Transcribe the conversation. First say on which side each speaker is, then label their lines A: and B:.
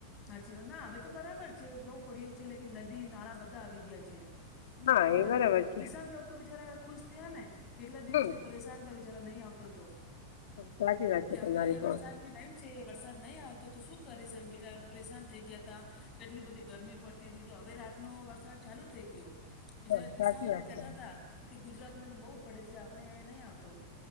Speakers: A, on the left; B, on the left.
A: સાચી વાત ના હવે તો બરાબર છે બહુ પડ્યું છે એલે કે નદી નાળા બધા આવી ગયા છે.
B: હા
A: તો ભી
B: એ
A: ચાકી
B: બરાબર છે
A: કસાન લોક તો જ્યારે ખુશ થયા ને કેટલા દિવસ
B: હમ
A: થી પરેશાન ત બિચારા નહીં આવતો તો.
B: સાચી વાત છે
A: કે
B: તમારી
A: હવે વરસાદની
B: પણ
A: ટાઈમ છે વરસાદ નહીં આવતો તો શું કરીસ બેટા? પરેશાન થઈ ગયા તા કેટલી બધી ગરમી પડતી હતી તો હવે રાતનો વરસાદ ચાલુ થઈ ગયો. બિચારા
B: હ
A: કિસાન
B: સાચી
A: લોકો
B: વાત
A: કહેતા
B: છે
A: હતા કે ગુજરાતમાં તો બહુ પડે છે આપણે અહીયા નહીં આવતો.